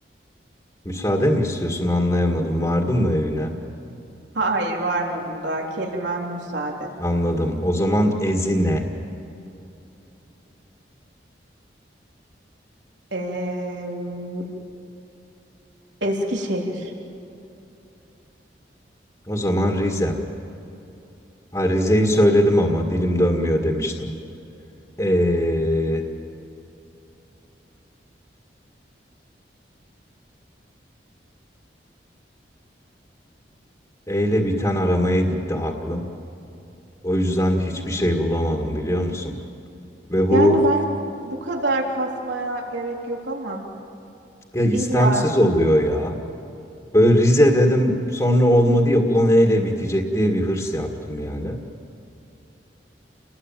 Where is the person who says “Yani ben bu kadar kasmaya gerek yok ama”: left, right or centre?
Right